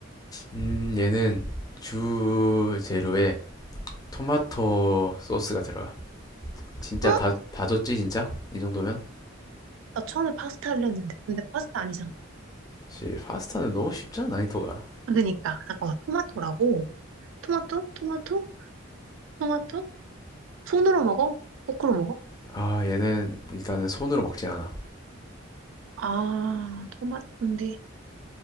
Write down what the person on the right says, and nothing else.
어?
나 처음에 파스타를 했는데. 근데 파스타 아니잖아.
아, 그니까. 잠깐만. 토마토라고? 토마토? 토마토? 토마토? 손으로 먹어? 포크로 먹어?
아, 토마토인데.